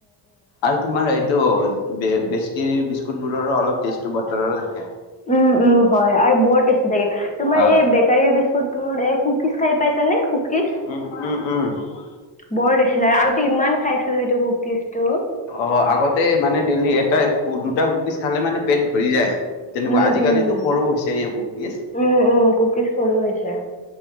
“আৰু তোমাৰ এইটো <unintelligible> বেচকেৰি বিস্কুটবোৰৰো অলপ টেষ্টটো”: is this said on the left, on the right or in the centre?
Left